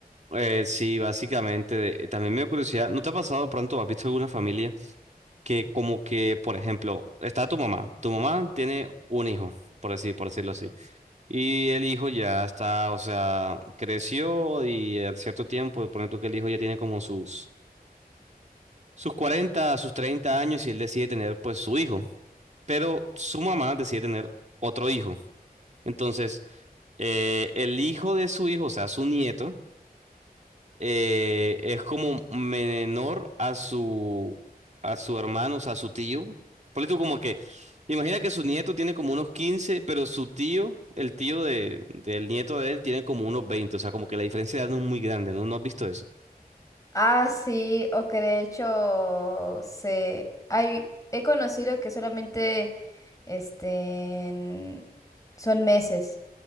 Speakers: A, on the right; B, on the left.
A: Eh, sí, básicamente. eh, También me dio curiosidad. ¿No te ha pasado de pronto, has visto alguna familia que como que, por ejemplo, está tu mamá. Tu mamá tiene un hijo, por decir, por decirlo así. Y el hijo ya está, o sea, creció y a cierto tiempo, pone tú que el hijo ya tiene como sus, sus 40 sus 30 años y él decide tener pues su hijo. Pero su mamá decide tener otro hijo. Entonces, eh, el hijo de su hijo, o sea, su nieto. eh, es como menor a su, a su hermano, o sea, a su tío. Ponle tú como que, imagina que su nieto tiene como unos 15 pero su tío, el tío de, del nieto de él, tiene como unos 20 o sea, como que la diferencia de edad no es muy grande, ¿no? ¿No has visto eso?
B: Ah, sí, o que de hecho se hay he conocido que solamente este son meses